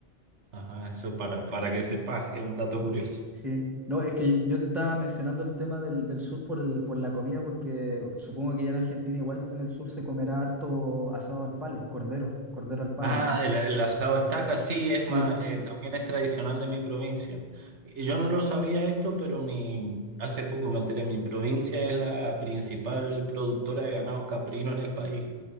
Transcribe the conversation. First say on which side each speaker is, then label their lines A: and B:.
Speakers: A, on the right; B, in the centre.
A: Ajá, eso para, para que sepas, es un
B: Sí.
A: dato curioso.
B: sí. No, es que yo te estaba mencionando el tema del, del sur por el, por la comida, porque supongo que ya en Argentina igual en el sur se comerá harto asado al palo, cordero, cordero al palo,
A: Ah,
B: ¿no?
A: el, el asado estaca, sí, es
B: Sí.
A: más, eh, también es tradicional de mi provincia. Y Yo no lo sabía esto, pero mi, hace poco me enteré, mi provincia es la principal productora de ganado caprino en el país.